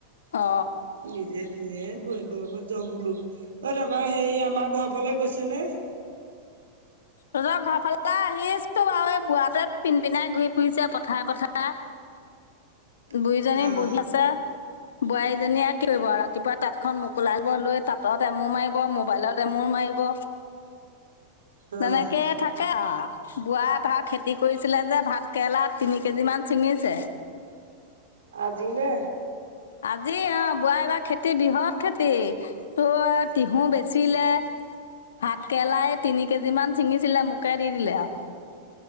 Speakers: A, on the left; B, on the right.
A: অ
B: নিজে ধোৱে। বৌকৰ লগত যাওঁক বোলো। এ তাৰপা হেই আমাৰ ঘৰৰ ফালে গৈছ নে? <inaudible>
A: তহঁতৰ ঘৰ ফালেতে আহিছো বাৰু এই বুঢ়াতোৱে পিন্ পিনাই ঘূৰি ফুৰিছে পথাৰে পথাৰে।
B: <inaudible>
A: বুইজনী
B: অহ
A: বহি আছে। বোৱাৰীজনীয়ে কি কৰিব আৰু ৰাতিপুৱা তাঁতখন মোকোলাব লৈ তাঁতত এমুৰ মাৰিব মোবাইলত। এমোৰ মাৰিব।
B: অহ
A: তেনেকেইে থাকে আৰু। বুঢ়াই ভা খেতি কৰিছিলে যে ভাত কেৰেলা তিনি কেজি মান ছিঙিছে
B: আজি নে?
A: আজি অ, বুঢ়াৰ এইবাৰ খেতি বৃহৎ খেতি তোৰ তিহু বেচিলে। ভাত কেৰেলাই তিনি কেজি মান ছিঙিছিলে মোকে দি দিলে আৰু।